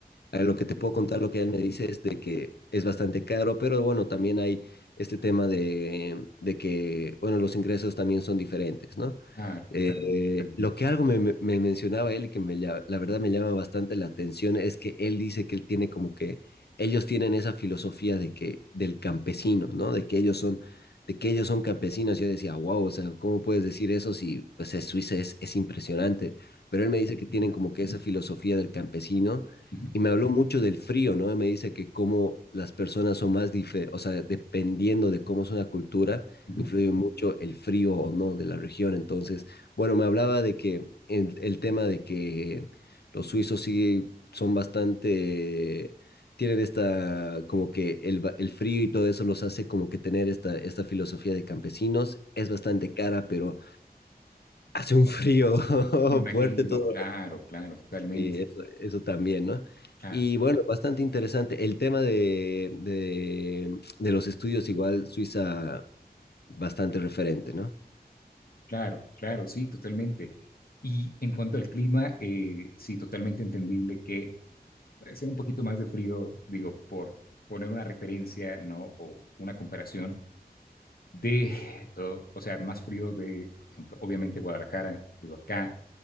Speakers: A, on the left; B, on the left.
A: eh, lo que te puedo contar, lo que él me dice es de que es bastante caro, pero bueno, también hay este tema de, de que, bueno, los ingresos también son diferentes, ¿no?
B: claro,
A: Eh,
B: totalmente.
A: lo que algo me, me- me mencionaba él y que me, lla- la verdad me llama bastante la atención es que él dice que él tiene como que ellos tienen esa filosofía de que del campesino, ¿no? De que ellos son de que ellos son campesinos. Yo decía, wow, o sea, ¿cómo puedes decir eso si o sea, Suiza es, es impresionante? Pero él me dice que tienen
B: Ujú,
A: como que esa filosofía del campesino
B: ujú,
A: y me habló mucho del frío, ¿no? Me dice que cómo las personas son más, dife- o sea, dependiendo de cómo es una cultura,
B: ujú.
A: influye mucho el frío o no de la región. Entonces, bueno, me hablaba de que el, el tema de que los suizos sí son bastante, tienen esta, como que el, va- el frío y todo eso los hace como que tener esta, esta filosofía de campesinos. Es bastante cara, pero hace un frío <laughs>
B: Me imagino,
A: fuerte todo.
B: claro, claro, totalmente.
A: Y eso, eso también, ¿no?
B: Claro,
A: Y bueno, bastante interesante. El tema de, de, de los estudios, igual Suiza, bastante referente, ¿no?
B: claro, claro, sí, totalmente. Y en cuanto al clima, eh, sí, totalmente entendible que puede ser un poquito más de frío, digo, por poner una referencia, ¿no? O una comparación de, uh, o sea, más frío de, por ejemplo, obviamente Guadalajara, digo acá.